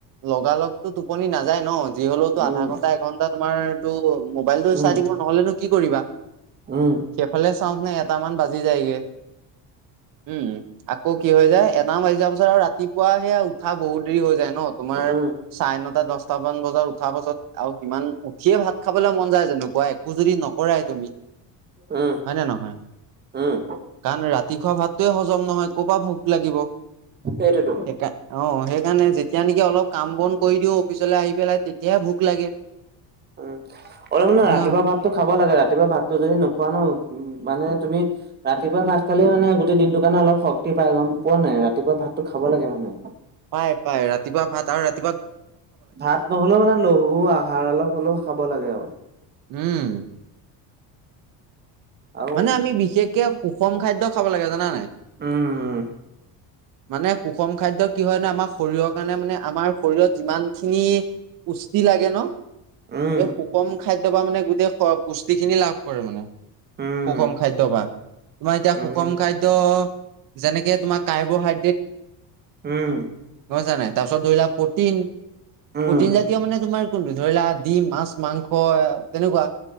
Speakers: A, on the right (about 55°); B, on the right (about 25°).
A: লগালগতটো টোপনি নাযায় ন যি হলেওতো
B: উম
A: আধা ঘন্টা এঘন্টা তোমাৰ। ত মোবাইলতটো
B: উম
A: চাই দাকিব নহলেনো কি কৰিবা
B: উম
A: সেইফালে চাওঁ নে এটামান বাজি যায়গে উম আকৌ। কি হৈ যায় এটা মাৰি যোৱা পাছত আৰু ৰাতিপুৱা সেয়া উঠা বহুত দেৰি হৈ যায় ন তোমাৰ
B: উম
A: চাৰে নটা দশটামান বজাত উঠা পাছত আৰু সিমান। সিয়ে ভাত খাবলৈ মন যায় যেনেকুৱা একো যদি নকৰাই তুমি
B: উম
A: হয় নে নহয়
B: উম
A: কাৰণ ৰাতি খুৱোৱা ভাতটয়ে হজম নহয়। ক'পা ভোক লাগিব
B: সেইটোতো
A: সেইকাৰ অ সেই। মানে যেতিয়া নেকি অলপ কাম বন কৰি দিওঁ অফিচলৈ আহি পেলাই তেতিয়াহে ভোক লাগে
B: উ অলপ মানে
A: এনেকুৱা
B: ৰাতিপুৱা
A: হয়
B: ভাততটো খাব লাগে ৰাতি। ৰাতিয়া ভাততটো যদি নোখোৱা ন উ মানে তুমি ৰাতিপুৱা ভাত খালে মানে গোটেই দিনটো কাৰণে অলপ শক্তি। পাই গম পোৱা নাই ৰাতিপুৱা ভাতো খাব লাগে মানুে
A: পাই পাই ৰাতিপুৱা ভাত আৰু ৰাতি।
B: ভাত নহলেও মানে লহু আহাৰ অলপ হ'লেও খাব লাগে আৰু
A: উম
B: আৰু
A: মানে আমি বিশেষকে সুষম খাদ্য খাব লাগে জানান নাই
B: উম।
A: মানে সুষম খাদ্য কি হয় ন আমাৰ শৰীৰৰ কাৰণে মানে আমাৰ শৰীৰত যিমান খিনি কুষ্টি লাগে ন
B: উম
A: এই সুষম খাদ্য বা মানে গোটেই পুষ্টি খিনি লাভ কৰে মানে
B: উম
A: সুখম খাদ্য বা তোমাৰ এতিয়া
B: উম
A: সুষম খাদ্য যেনেকে তোমাৰ কাৰ্বহাইড্ৰেট
B: উম
A: হয়ছা নাই তাৰপিছত ধৰি লোৱা প্ৰটিন
B: উম
A: প্ৰটিন জাতীয় মানে তোমাৰ কোনটো ধৰিলা দিম মাছ মাংস তেনেকুৱা